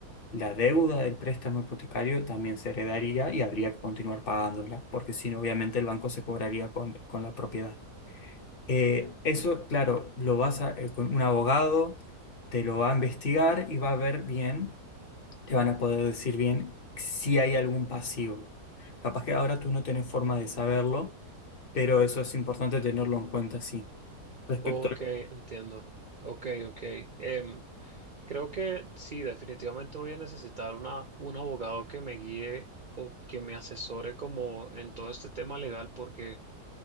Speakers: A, on the left; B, on the right.
A: la deuda del préstamo hipotecario también se heredaría y habría que continuar pagándola, porque si no, obviamente el banco se cobraría con con la propiedad. Eh, eso, claro, lo vas a, eh, con un abogado, te lo va a investigar y va a ver bien, te van a poder decir bien si hay algún pasivo. Capaz que ahora tú no tenés forma de saberlo, pero eso es importante tenerlo en cuenta, sí. Respecto
B: Ok,
A: a...
B: entiendo. Ok, ok. Em, creo que sí, definitivamente voy a necesitar una, un abogado que me guíe o que me asesore como en todo este tema legal porque